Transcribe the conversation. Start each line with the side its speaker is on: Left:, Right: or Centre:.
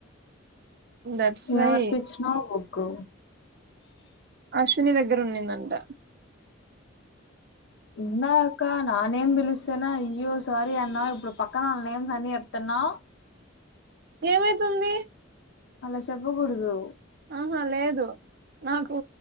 Right: దట్స్ వై
Left: ఎవరికిచ్చిన్నావు కు
Right: అశ్విని దగ్గర ఉండింది నంద
Left: ఇందా అక్క నా నేమ్ పిలిస్తేనా అయ్యో సారీ అన్నా ఇప్పుడు పక్కన వాళ్ళ నేమ్స్ అన్ని చెప్తున్నావు
Right: ఏమైతుంది
Left: అలా చెప్పకూడదు
Right: ఆహా లేదు నాకు